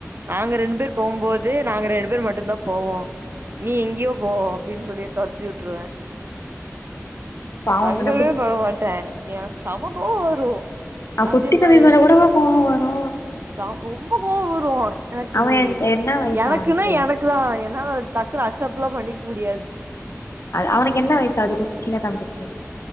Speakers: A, on the right; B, on the left.
A: நாங்க ரெண்டு பேர் போவும்போது நாங்க ரெண்டு பேர் மட்டுந்தா போவோ நீ எங்யோ போ அப்டின் சொல்லி தொரத்தி வுட்ருவே
B: பாவம்
A: சங்கடமே
B: தான குட்
A: பட மாட்டே எனக்கு செம கோவ வரு
B: அவ
A: அதே
B: குட்டி தம்பி
A: மாதிரி
B: மேல கூடவா கோவோ வரு
A: ச ரொம்ப கோவ வரு எனக்கு
B: அவ என்ன வயசு
A: எனக்குன்னே
B: அவனுக்கு
A: எனக்கு தா என்னா டக்குனு அக்சப்லா பண்ணிக்க முடியா
B: அவனுக்கு என்ன வயசாது குட் சின்னதம்பிக்கு